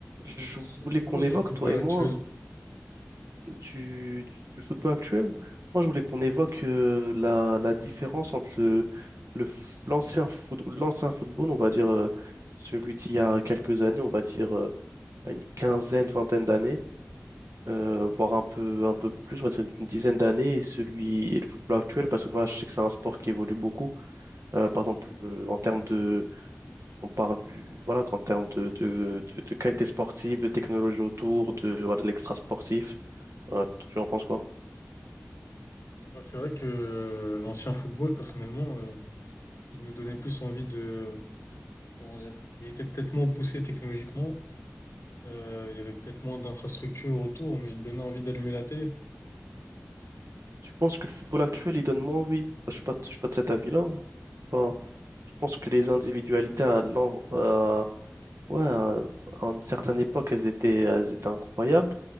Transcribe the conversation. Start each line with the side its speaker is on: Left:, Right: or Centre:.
Right: Je
Left: Qu'est-ce
Right: voulais
Left: que tu
Right: qu'on
Left: penses
Right: évoque,
Left: du football
Right: toi et
Left: actuel?
Right: moi, du, du football actuel. Moi, je voulais qu'on évoque euh, la, la différence entre le, le f- l'ancien foot, l'ancien football, on va dire euh, celui d'il y a quelques années, on va dire euh, une quinzaine, vingtaine d'années, euh, voire un peu, un peu plus, on va dire une dizaine d'années, et celui et le football actuel, parce que voilà, je sais que c'est un sport qui évolue beaucoup. Euh, par exemple, euh, en termes de on parle du, voilà, qu'en termes de, de, de, de qualité sportive, de technologie autour, de, voilà, de l'extra sportif. Euh, tu en penses quoi?
Left: Bah, c'est vrai que euh, l'ancien football, personnellement, euh, il nous donnait plus envie de... Comment dire? Il était peut-être moins poussé technologiquement, euh, il y avait peut-être moins d'infrastructures autour, mais il donnait envie d'allumer la télé.
Right: Tu penses que le football actuel, il donne moins envie? Je suis pas, je suis pas de cet avis-là. hein. Je suis pas- je pense que les individualités à, l'an- euh, ouais, à, à une certaine époque, elles étaient, elles étaient incroyables.